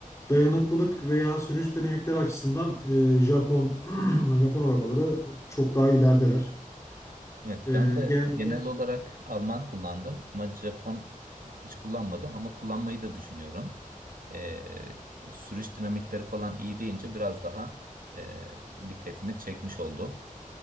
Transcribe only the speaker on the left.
dayanıklılık veya sürüş dinamikleri açısından e, Japon <clears throat> Japon arabaları çok daha ilerideler.
E,
genelde